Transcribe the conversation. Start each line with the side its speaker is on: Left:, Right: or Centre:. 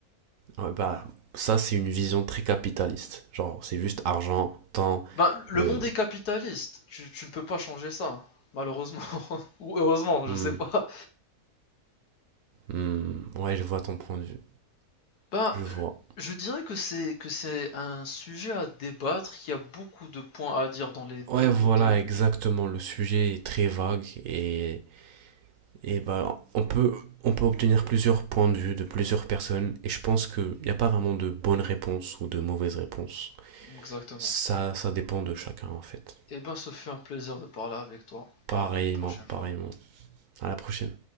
Right: Ouais, bah, ça, c'est une vision très capitaliste. Genre, c'est juste argent, temps.
Left: Ben, le
Right: euh,
Left: monde est capitaliste, tu, tu ne peux pas changer ça, malheureusement. <laughs> Ou heureusement,
Right: hmm,
Left: je sais pas.
Right: hmm, ouais, je vois ton point de vue.
Left: Ben,
Right: Je vois.
Left: je dirais que c'est que c'est un sujet à débattre, qu'il y a beaucoup de points à dire dans les
Right: Ouais,
Left: deux côtés.
Right: voilà, exactement. Le sujet est très vague et, et bah, on peut, on peut obtenir plusieurs points de vue de plusieurs personnes et je pense qu'il n'y a pas vraiment de bonne réponse ou de mauvaise réponse.
Left: Exactement.
Right: Ça, ça dépend de chacun en fait.
Left: Et ben, ce fut un plaisir de parler avec toi.
Right: Pareillement,
Left: À une prochaine fois.
Right: pareillement. À la prochaine.